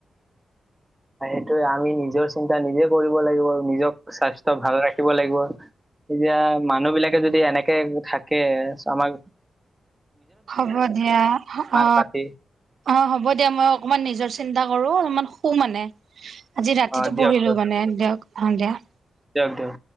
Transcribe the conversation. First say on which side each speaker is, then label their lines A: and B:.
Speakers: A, on the right; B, on the right.
A: <inaudible> সেইটোয়ে আমি নিজৰ চিন্তা নিজে কৰিব লাগিব নিজক স্বাস্থ্য ভালে ৰাখিব লাগিব। এতিয়া মানুহ বিলাকে যদি এনেকে থাকে আমাৰ
B: হ'ব দিয়া অ
A: পাতি
B: অ হ'ব দিয়া মই অকণমান নিজৰ চিন্তা কৰো অলমান শু- মানে আজি ৰাতিটো
A: অ দিয়ক
B: পঢ়িলো
A: দিয়ক
B: মানে দিয়ক অ দিয়া <unintelligible>
A: দিয়ক দিয়ক